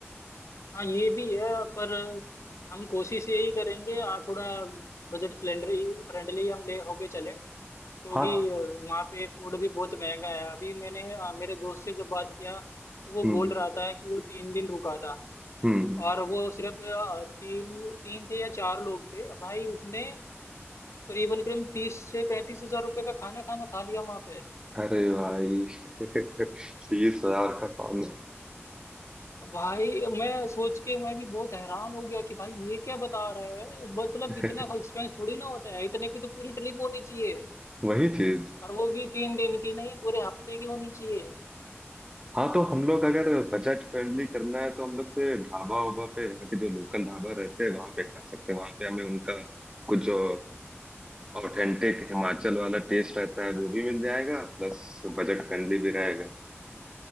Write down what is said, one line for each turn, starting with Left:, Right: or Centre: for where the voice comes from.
Left: हाँ ये भी है पर हम कोशिश यही करेंगे आ, थोड़ा बजट फ्रेंडली फ्रेंडली हम ले होके चलें क्योंकि
Right: हाँ
Left: वहाँ पे फूड भी बहुत महंगा है अभी मैंने अ, मेरे दोस्त से जब बात किया तो वो
Right: हम्म
Left: बोल रहा था कि वो तीन दिन रुका था
Right: हम्म
Left: और वो सिर्फ अ, तीन तीन थे या चार लोग थे भाई उसने करीबन करीब तीस से पैंतीस हजार रुपए का खाना खाना खा लिया वहां पे
Right: अरे भाई <laughs> तीस हजार का खाना
Left: भाई मैं सोच के मैं भी बहुत हैरान हो गया कि भाई ये क्या बता रहा है मतलब
Right: <laughs>
Left: इतना एक्सपेंस थोड़ी ना होता है इतने की तो पूरी ट्रिप होनी चाहिए
Right: वही चीज
Left: और वो भी तीन दिन की नहीं पूरे हफ्ते की होनी चाहिए
Right: हाँ तो हम लोग अगर बजट फ्रेंडली करना है तो हम लोग पे ढाबा उबा पे यहाँ के जो लोकल ढाबा रहते हैं वहां पे खा सकते हैं वहां पे हमें उनका कुछ जो ऑथेंटिक हिमाचल वाला टेस्ट रहता है वो भी मिल जाएगा प्लस बजट फ्रेंडली भी रहेगा